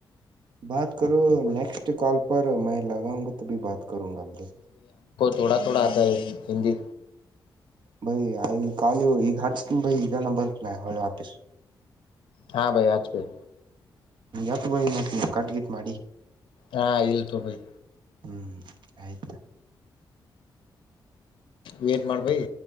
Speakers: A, on the right; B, on the left.
A: ಬತೋ ಕರೋ ನೆಕ್ಸ್ಟ್ ಕಲ್ ಫಾರ್ ಮೇ ಲಗಾಂಗಾ ತುಬಿ ಬತ ಕರುಂಗ. <unintelligible>
B: ತೊಡ ತೊಡ ಆತ ಹೈ ಹಿಂದಿ.
A: ಭೈ ಆಯ ವಿಲ್ ಕಲ್ ಯು ಈಗ ಹಚ್ತೀನಿ ಬಾಯ್ ಇದ ನಂಬರ್ ಗ. ನಾ ಹೊಳಿ ಆಫೀಸ್.
B: ಹಾ ಬಾಯ್ ಹಾಚ್ ಬಾಯ್.
A: ಎತ ಬಾಯ್ ಕಟ್ ಗಿಟ್ ಮಾಡಿ.
B: ಹಾ ಇಲ್ಲ ತೊ ಬಾಯ್.
A: ಹ್ಮ್ ಆಯ್ತಾ.
B: ವೇಟ್ ಮಾಡ್ ಬಾಯ್.